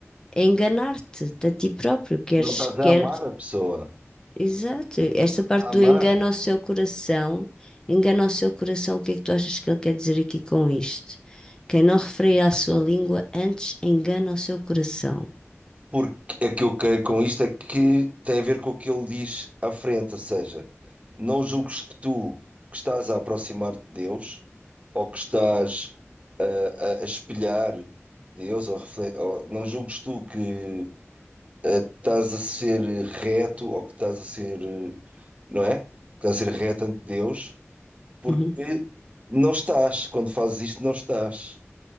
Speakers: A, on the left; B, on the right.
A: a enganar-te a ti próprio, queres,
B: Não estás a
A: quer,
B: amar a pessoa,
A: exato, esta
B: estás
A: parte
B: a amar.
A: do engano ao seu coração, engana ao seu coração, o que é que tu achas que ele quer dizer aqui com isto? Quem não refreia a sua língua antes engana o seu coração.
B: Porque é que eu quero com isto é que tem a ver com o que ele diz à frente, ou seja, não julgues que tu que estás a aproximar de Deus ou que estás a, a- a espelhar Deus ou, refle- ou não julgues tu que eh, estás a ser reto ou que estás a ser, eh, não é? Que estás a ser reto ante Deus porque
A: Uhum.
B: não estás, quando fazes isto não estás.